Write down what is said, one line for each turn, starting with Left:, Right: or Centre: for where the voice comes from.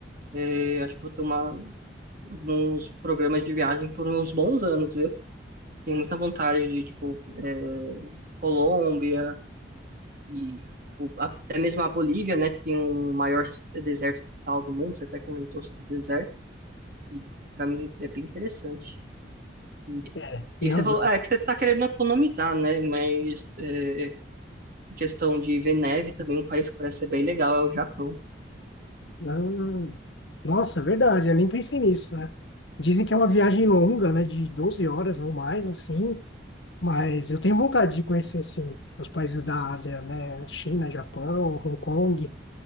Right: é, acho que eu vou ter uma dos programas de viagem por uns bons anos, viu? Tenho muita vontade de, tipo, é, Colômbia e o- até mesmo a Bolívia, né? que Tem o maior s- deserto de sal do mundo. Você até comentou sobre o deserto e para mim é bem interessante. E,
Left: É, tem
Right: e você
Left: razão.
Right: falou, é que você tá querendo economizar, né? Mas é, em questão de ver neve também, um país que parece ser bem legal é o Japão.
Left: Ah, nossa, é verdade, eu nem pensei nisso, né? Dizem que é uma viagem longa, né, de 12 horas ou mais, assim, mas eu tenho vontade de conhecer, assim os países da Ásia, né? China, Japão, Hong Kong,